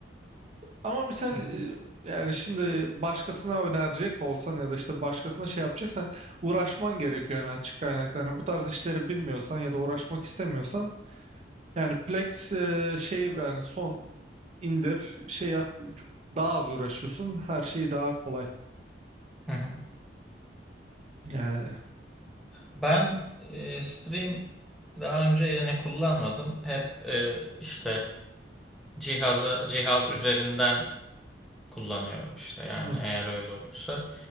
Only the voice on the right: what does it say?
ama misal
e, yani şimdi başkasına önerecek olsan ya da işte başkasına şey yapacaksan uğraşman gerekiyor yani açık kaynakta. Hani bu tarz işleri bilmiyorsan ya da uğraşmak istemiyorsan yani Plex e, şey yani son indir şey yap daha az uğraşıyorsun her şey daha kolay
yani.
Hı